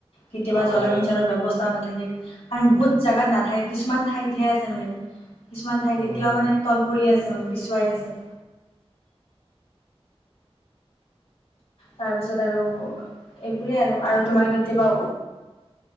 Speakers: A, on the left; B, on the right.
A: কেতিয়াবা
B: হয়
A: জলসিঞ্চনৰ
B: আৰু
A: ব্যয়ৱস্থাও নাথাকে কাৰণ বহুত জাগাত নাথাকে কিছুমান ঠাইতহে আছে মানে। কিছুমান ঠাইত
B: উম
A: এতিয়াও মানে তল পৰি আছে মানে পিছুৱাই আছে। তাৰপিছত আৰু এইবোৰেই আৰু আৰু তোমাৰ কেতিয়াবা